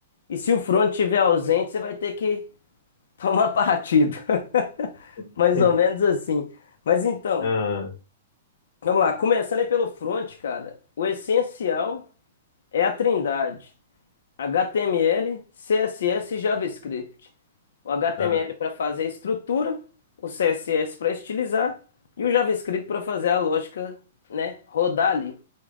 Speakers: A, on the left; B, on the left.
A: e se o front estiver ausente, você vai ter que tomar <laughs> partido. <laughs>
B: <laughs>
A: Mais ou menos assim. Mas então,
B: Ah,
A: vamos lá. Começando aí pelo front, cara. O essencial é a trindade. HTML, CSS e JavaScript. O HTML
B: ah.
A: para fazer a estrutura, o CSS para estilizar e o JavaScript para fazer a lógica, né, rodar ali.